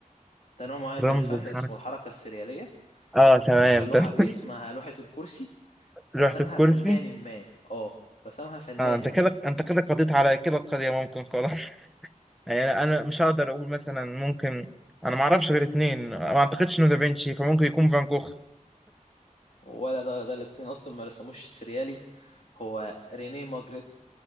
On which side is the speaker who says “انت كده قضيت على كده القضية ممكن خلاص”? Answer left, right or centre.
Centre